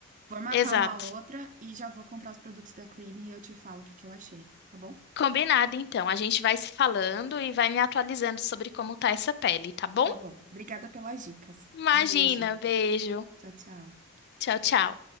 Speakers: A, on the right; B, on the left.
A: Vou marcar
B: exato.
A: uma outra e já vou comprar os produtos da Creamy e eu te falo o que que eu achei, tá bom?
B: Combinado, então. A gente vai se falando e vai me atualizando sobre como tá essa pele, tá bom?
A: Tá bom. Obrigada pelas dicas.
B: Imagina,
A: Um beijo.
B: beijo.
A: Tchau, tchau.
B: Tchau, tchau.